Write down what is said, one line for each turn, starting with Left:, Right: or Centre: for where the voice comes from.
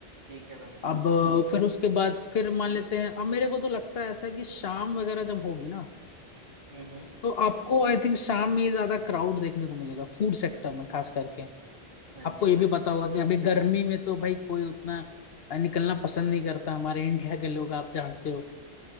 Right: ठीक है भाई
Left: अब फिर उसके बाद फिर मान लेते हैं अब मेरे को तो लगता है ऐसा कि शाम वगैरह जब होगी ना
Right: हम्म हम्म,
Left: तो आपको आई थिंक शाम में ही ज्यादा क्राउड देखने को मिलेगा फूड सेक्टर में खास करके
Right: हाँ
Left: आपको
Right: जी
Left: ये
Right: भाई
Left: भी पता होगा कि अभी गर्मी में तो भाई कोई उतना निकलना पसंद नहीं करता हमारे इंडिया के लोग आप जानते हो